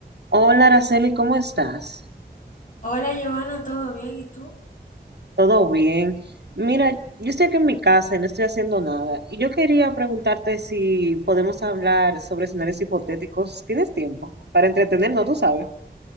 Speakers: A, on the right; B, on the left.
A: Hola, Araceli, ¿cómo estás?
B: Hola Giovanna, ¿todo bien? ¿Y tú?
A: ¿Todo bien? Mira, yo estoy aquí en mi casa y no estoy haciendo nada. Y yo quería preguntarte si podemos hablar sobre escenarios hipotéticos. ¿Tienes tiempo? Para entretenernos, tú sabes.